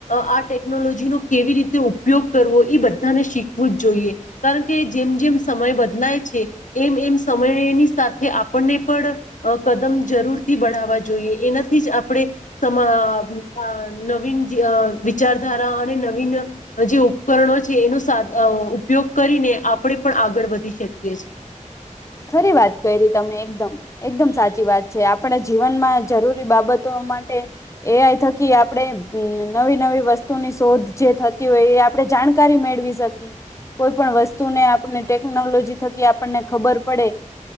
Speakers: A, on the left; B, on the left.
A: હ ટેકનોલોજીનો કેવી રીતે ઉપયોગ કરવો ઈ બધાને શીખવું જ જોઈએ. કારણ કે જેમ-જેમ સમય બદલાય છે, એમ-એમ સમય એની સાથે આપણને પણ અહ કદમ જરૂરથી બઢાવવા જોઈએ. એના થી જ આપણે સમા આ આ નવીન અહ વિચારધારા અને નવીન જે ઉપકરણો છે એનો સા અહ ઉપયોગ કરીને આપણે પણ આગળ વધી શક યે છે.
B: ખરી વાત કરી તમે એકદમ-એકદમ સાચી વાત છે. આપણે જીવનમાં જરૂરી બાબતો માટે એ આઈ થકી આપણે નવી-નવી વસ્તુની શોધ જે થતી હોય એ આપણે જાણકારી મેળવી શકીએ. કોઈ પણ વસ્તુને આપણે ટેકનોલોજી થકી આપણને ખબર પડે,